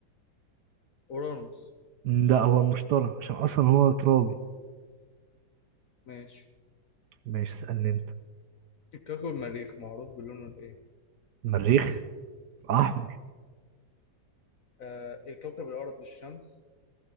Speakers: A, on the left; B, on the right.
A: أورانوس
B: لا هو المشتري عشان اصلا هو ترابي
A: ماشي
B: ماشي اسالني انت
A: الكوكب المريخ معروف بلونه الإيه؟
B: المريخ احمر
A: آه الكوكب الأقرب للشمس